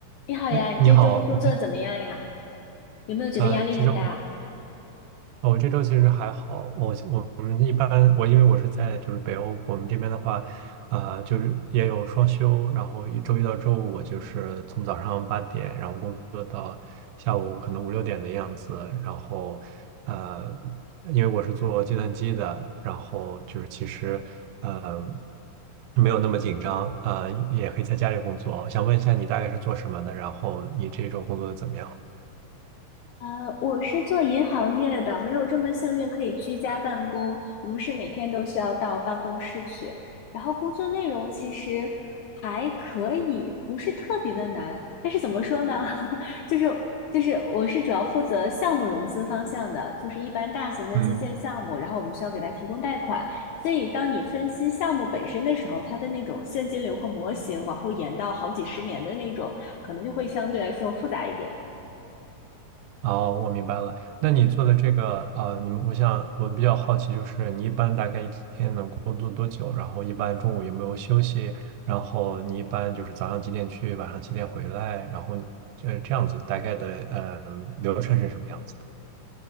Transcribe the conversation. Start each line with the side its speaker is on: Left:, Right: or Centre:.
Left: 你好呀，
Right: 哎，
Left: 你这周工作怎么样呀？
Right: 你好，我这
Left: 有没有觉得压力很大？
Right: 呃，其实我我这周其实还好，我我我们一般我因为我是在就是北欧，我们这边的话，呃，就是也有双休，然后一周一到周五我就是从早上八点，然后工作到下午可能五六点的样子，然后呃，因为我是做计算机的，然后就是其实呃没有那么紧张，呃，也可以在家里工作。想问一下你大概是做什么的，然后你这周工作的怎么样？
Left: 呃，我是做银行业的，没有这么幸运可以居家办公。我们是每天都需要到办公室去，然后工作内容其实还可以，不是特别的难。但是怎么说呢？<laughs> 就是就是，我是主要负责项目融资方向的，就是一般大型的基建项目，
Right: 嗯。
Left: 然后我们需要给它提供贷款。所以当你分析项目本身的时候，它的那种现金流和模型往后延到好几十年的那种，可能就会相对来说复杂一点。
Right: 哦，我明白了。那你做的这个，呃，你们，我想我比较好奇，就是你一般大概一天能工作多久？然后一般中午有没有休息？然后你一般就是早上几点去，晚上几点回来？然后这这样子大概的，呃，流程是什么样子的？